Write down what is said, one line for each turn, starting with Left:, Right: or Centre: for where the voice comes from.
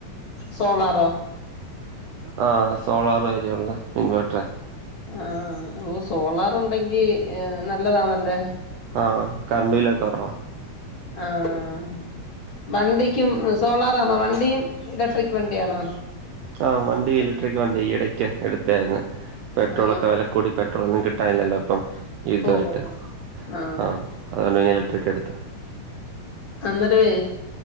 Left: സോളാറോ
Right: ആഹ് സോളാർ മാതിരിയുള്ള ഇൻവേർട്ടറെ
Left: ആഹ് ഓ സോളാർ ഉണ്ടെങ്കി നല്ലതാണല്ലേ
Right: ആഹ് കറണ്ട് ബില്ലൊക്കെ കൊറവാ
Left: ആഹ് വണ്ടിക്കും സോളാറാണോ വണ്ടിയും ഇലക്ട്രിക് വണ്ടിയാണോ
Right: ആഹ് വണ്ടിയും ഇലക്ട്രിക് വണ്ടി ഈയിടക്ക് എടുത്തായിരുന്നു പെട്രോളൊക്കെ
Left: ആണോ
Right: വെല കൂടി പെട്രോളൊന്നും കിട്ടാനില്ലല്ലോ അപ്പം യുദ്ധമായിട്ട്
Left: ഓ ഓ, ഓ. ആ
Right: ആഹ് അതൊണ്ട് പിന്നെ ഇലട്രിക്ക് എടുത്ത്
Left: അന്നേരവേ